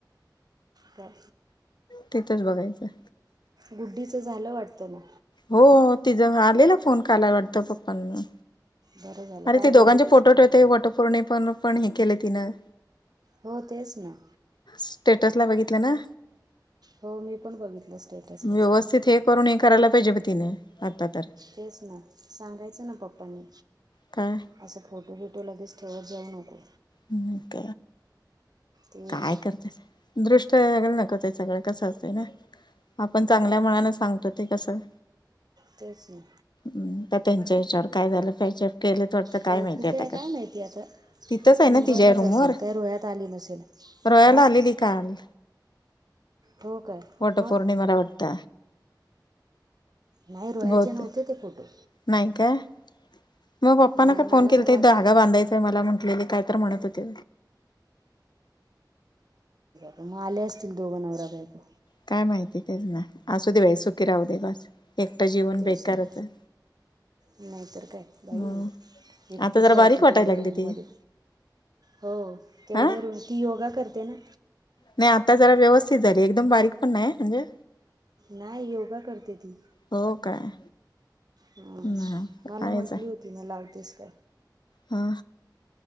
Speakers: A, on the right; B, on the left.
A: काय
B: तिथंच बघायचंय.
A: गुड्डीचं झालं वाटतं ना?
B: हो, तिज आलेला फोन काला वाटतं पप्पांना.
A: बरं झालं
B: अरे
A: काय
B: ती
A: बोलली
B: दोघांचे फोटो ठेवते, वटपौर्णिम पण पण हे केलं तिनं.
A: हो तेच ना.
B: स्टेटस ला बघितलं ना?
A: हो, मी पण बघितलं स्टेटसला.
B: व्यवस्थित हे करून हे करायला पाहिजे ब तिने आता तर.
A: तेच ना सांगायचं ना पप्पानी,
B: काय
A: असं फोटो बीटो लगेच ठेवत जाऊ नको
B: हम्म <unintelligible>
A: ते
B: काय करतेत, दृष्ट लगल नाक ते सगळं कसं अस आपण चांगल्या मनान सांगतो, ते कसं
A: ते की
B: हम्म तर त्यांच्या हेच्यावर काय झालं पॅचप केलीत वाटतं, काय
A: हो
B: माहिती
A: कुठे
B: आता
A: आहे काय
B: कसं?
A: माहिती आता
B: तिथंच हाय
A: मुंबईलाच
B: ना तिज्या रूम
A: असेल
B: वर?
A: काय रोह्यात आली नसेल
B: <unintelligible>
A: हां
B: आलेली काल.
A: हो काय
B: वटपौर्णिमाला
A: मग
B: वाटत
A: नाही रोयाचे
B: बहुतेक
A: नव्हते ते फोटो
B: नाही काय? मग पप्पाना
A: नाही
B: काय
A: मला
B: फोन केला
A: तर वाटले
B: त धागा बांधायचाय मला म्हटलेले काय तर म्हणत होते
A: तर मग आले असतील दोघं नवरा बायको
B: काय माहिती तेच ना असू दे वय सुखी राहू दे बस एकटं जीवन
A: तेच
B: बेकारच
A: ना
B: आहे
A: नाहीतर काय बाई
B: मग
A: एकटीच
B: आता जरा
A: राहायची
B: बारीक वाटायला
A: तेवढ्या
B: लागली
A: रूम
B: ती
A: मध्ये हो तेवढं
B: हा
A: रु ती योगा करते ना
B: नाही आता जरा व्यवस्थित एकदम बारीक पण नाही म्हणजे
A: नाही योगा करते ती
B: हो काय
A: हम
B: ना
A: मला
B: आहेच
A: म्हंटली होती ना लावतेस का
B: हा